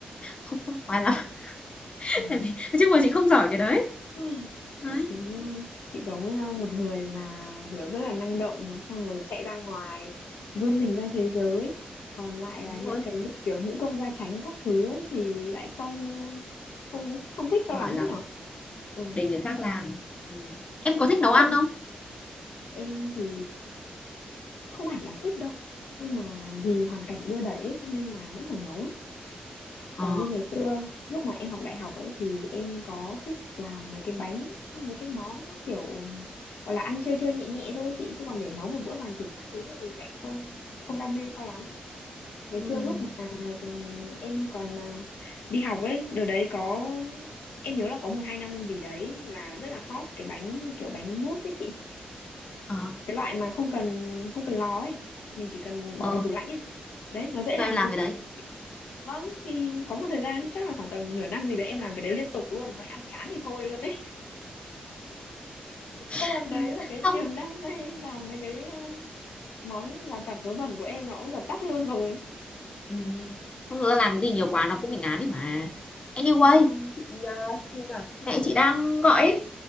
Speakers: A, on the left; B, on the left.
A: không không khoái lắm <laughs>
B: Ồ,
A: tại vì nói chung là chị không giỏi cái đấy.
B: Ôi,
A: Đấy,
B: thế nha. chị giống ờ, một người mà kiểu rất là năng động nó xong rồi chạy ra ngoài vươn mình ra thế giới còn lại
A: ừ,
B: là
A: đúng
B: những
A: rồi,
B: cái việc
A: chị
B: kiểu
A: thích
B: nữ
A: thôi.
B: công gia chánh các thứ ấy thì lại không không không thích
A: không
B: cho
A: giỏi
B: lắm
A: lắm,
B: ấy nhở ừ.
A: để người khác làm. Ừm. Em có thích nấu
B: Khác
A: ăn
B: thường
A: không?
B: em thì không hẳn là thích đâu nhưng mà vì hoàn cảnh đưa đẩy ấy, nên là vẫn phải nấu
A: Ờ,
B: còn như ngày xưa lúc mà em học đại học ấy thì em có thích làm mấy cái bánh mấy cái món nó kiểu ừm, gọi là ăn chơi chơi nhẹ nhẹ thôi ấy chị chứ còn để nấu một bữa hoàn chỉnh các thứ thì lại không không đam mê cho lắm ngày
A: ừ
B: xưa lúc mà ừm, em còn à, đi học ấy đợt đấy có em nhớ là có một hai năm gì đấy là rất là hot cái bánh kiểu bánh mousse ấy chị
A: ờ,
B: cái loại mà không cần không cần lò ấy mình chỉ cần bỏ
A: ờ,
B: vào tủ lạnh ấy đấy nó dễ
A: thôi
B: làm
A: em làm
B: cực
A: cái
B: kỳ.
A: đấy.
B: vâng thì có một thời gian chắc là khoảng tầm nửa năm gì đấy em làm cái đấy liên tục luôn nó ăn chán thì thôi luôn ấy <laughs>
A: <laughs>
B: có lần đấy
A: ừ,
B: là cái niềm
A: không
B: đam mê làm mấy cái ờ, món lặt vặt vớ vẩn của em nó cũng dập tắt luôn rồi
A: Ừm, không thực ra làm cái gì nhiều quá nó cũng bị ngán ấy mà. Anyway,
B: vâng Vâng,
A: chị, ờ, gì nhỉ? Mẹ chị đang gọi ấy,